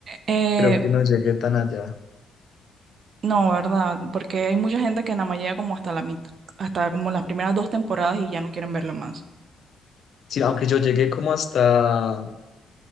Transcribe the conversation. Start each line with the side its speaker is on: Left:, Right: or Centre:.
Right: Eh,
Left: creo que no llegué tan allá.
Right: no, ¿verdad? Porque hay mucha gente que nada más llega como hasta la mitad, hasta como las primeras dos temporadas y ya no quieren verlo más.
Left: Sí, aunque yo llegué como hasta,